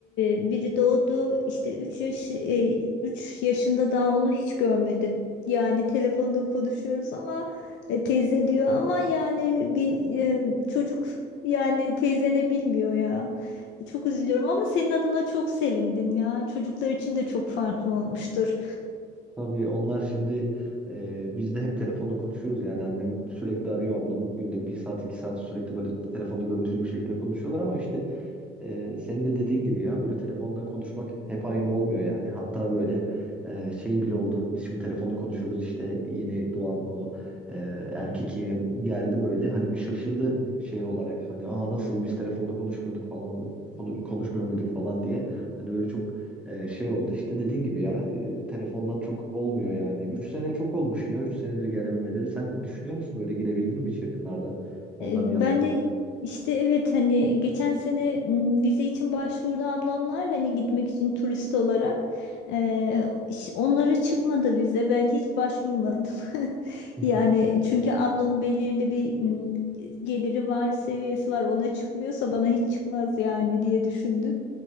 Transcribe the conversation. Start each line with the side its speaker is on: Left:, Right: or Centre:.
Left: e, biri doğdu işte 3 yaş e, üç yaşında daha onu hiç görmedim. Yani telefonda konuşuyoruz ama e, teyze diyor ama yani bir e, çocuk yani teyzene bilmiyor ya. Çok üzülüyorum ama senin adına çok sevindim ya. Çocuklar için de çok farklı olmuştur.
Centre: Tabii onlar şimdi e, biz de hep telefonla konuşuyoruz yani annem sürekli arıyor ablamı günde bir saat iki saat sürekli böyle telefonda görüntülü bir şekilde konuşuyorlar ama işte e, senin de dediğin gibi ya böyle telefondan konuşmak hep aynı olmuyor yani hatta böyle e, şey bile oldu biz şimdi telefonda konuşuyoruz işte yeni doğan o e, erkek yeğenim geldi böyle hani bir şaşırdı şey olarak hani aa nasıl biz telefonda konuşmuyorduk falan konu- konuşmuyor muyduk falan diye hani böyle çok ee, şey oldu işte dediğin gibi ya e, telefondan çok olmuyor yani. üç sene çok olmuş ya 3 senedir gelememeleri. Sen düşünüyor musun böyle gidebildin mi hiç yakınlarda onların
Left: E,
Centre: yanına?
Left: Ben de işte evet hani geçen sene m, vize için başvurdu ablamlar hani gitmek için turist olarak. E, iş- onlara çıkmadı vize ben hiç başvurmadım. <laughs>
Centre: <laughs>
Left: Yani çünkü ablamın belirli bir m, geliri var seviyesi var ona çıkmıyorsa bana hiç çıkmaz yani diye düşündüm.